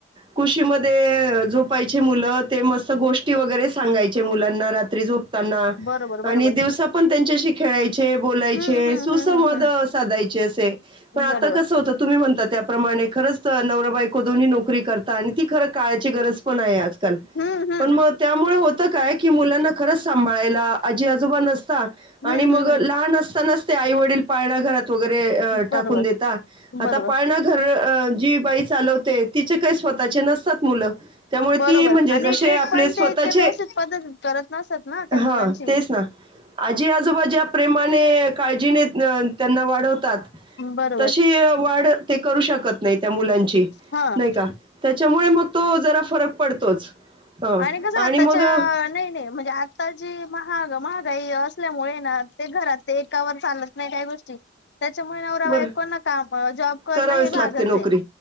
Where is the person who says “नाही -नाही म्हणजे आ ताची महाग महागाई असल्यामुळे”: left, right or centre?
Left